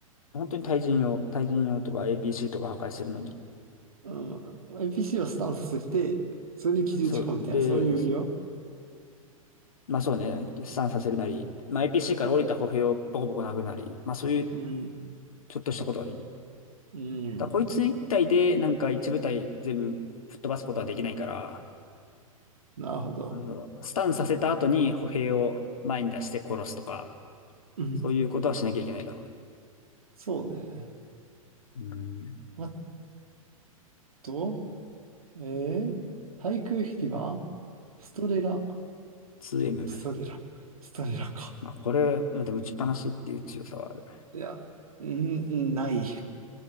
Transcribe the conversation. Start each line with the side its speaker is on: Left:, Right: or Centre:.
Left: 本当に対人用、対人用とか APC とか破壊するのに。
Right: うん。NPC をスタンスさせて、それに基準事項みたいな、
Left: うんそう、で、
Right: そういう運用。
Left: そう。まあそうね、飛散させるなり、まあ APC から降りた歩兵をボコボコ殴るなり、まあそういう
Right: うん。
Left: ちょっとしたことができる。
Right: うん。
Left: ただこいつ一体でなんか一部隊全部吹っ飛ばすことはできないから、
Right: なるほど。
Left: うんそうスタンさせた後に歩兵を前に出して殺すとか、
Right: うん。
Left: そういうことはしなきゃいけないだろうね。
Right: そうね。
Left: うん。
Right: あと、えー、対空ヘリはストレラ。
Left: 2M。
Right: ストレラ。ストレラか。
Left: まあこれ、まあでも打ちっぱなしっていう強さはある。
Right: いや、うん、うんない。